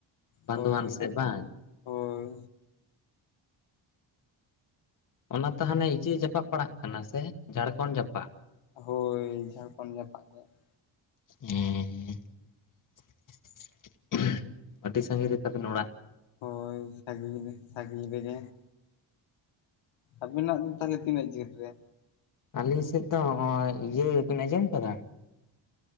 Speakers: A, on the left; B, on the left.
A: ᱵᱟᱸᱫᱣᱟᱱ
B: ᱦᱳᱭ
A: ᱥᱮᱫ ᱵᱟᱝ?
B: ᱦᱳᱭ
A: ᱚᱱᱟ ᱛᱚ ᱦᱟᱱᱮ ᱤᱭᱟᱹ ᱡᱟᱯᱟᱜ ᱯᱟᱲᱟᱜ ᱠᱟᱱᱟ ᱥᱮ ᱡᱷᱟᱨᱠᱷᱚᱸᱱᱰ ᱡᱟᱯᱟᱜ?
B: ᱦᱳᱭ ᱡᱷᱟᱨᱠᱷᱚᱸᱱᱰ ᱡᱟᱯᱟᱜ ᱜᱮ ᱾
A: ᱦᱮᱸ, <inaudible> ᱟᱹᱰᱤ ᱥᱟᱺᱜᱤᱧ ᱨᱮ ᱛᱟᱵᱤᱱ ᱚᱲᱟᱜ ᱾
B: ᱦᱳᱭ ᱥᱟᱺᱜᱤᱧ ᱨᱮ ᱥᱟᱺᱜᱤᱧ ᱨᱮᱜᱮ ᱾ ᱟᱵᱤᱱᱟᱜ ᱫᱚ ᱛᱟᱦᱚᱞᱮ ᱛᱤᱱᱟᱹᱜ ᱡᱷᱟᱹᱞ ᱨᱮ?
A: ᱟᱹᱞᱤᱧ ᱥᱮᱫ ᱫᱚ ᱱᱚᱜᱼᱚᱭ ᱤᱭᱟᱹ ᱵᱤᱱ ᱟᱸᱡᱚᱢ ᱠᱟᱫᱟ?